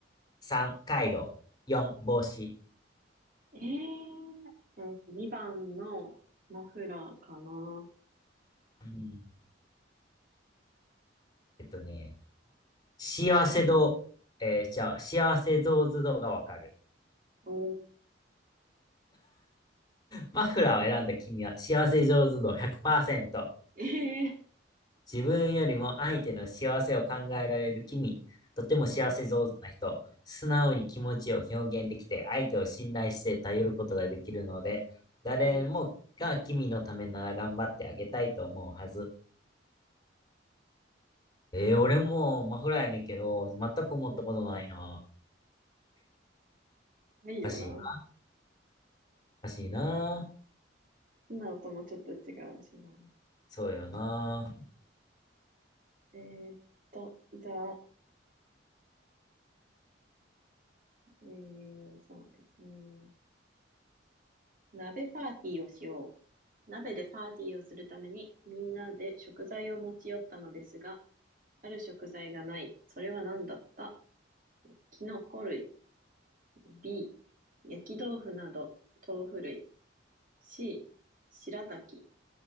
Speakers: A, on the left; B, on the right.
A: ー。3、カイロ。4、帽子。
B: えー、えー、2番のマフラーかな。
A: うん。えっとね、幸せ度、えー、じゃあ、幸せ像図度がわかる。
B: おー、
A: マフラーを選んだ君は幸せ上手度100%。
B: え
A: 自分よりも相手の幸せを考えられる君。とても幸せ上手な人。
B: ー、うん、
A: 素直に気持ちを表現できて、相手を信頼して頼ることができるので、誰もが君のためなら頑張ってあげたいと思うはず。
B: うん、
A: えー、俺もマフラーやねんけど、全く思ったことないな。
B: うん。いいよな。
A: おかしいな。おかしいな。
B: 今のともちょっと違うしな。
A: そうよな。
B: えーっと、じゃあ、えー、そうですね。鍋パーティーをしよう。鍋でパーティーをするためにみんなで食材を持ち寄ったのですが、ある食材がない。それは何だったキノコ類。B、焼き豆腐など豆腐類。C、白滝。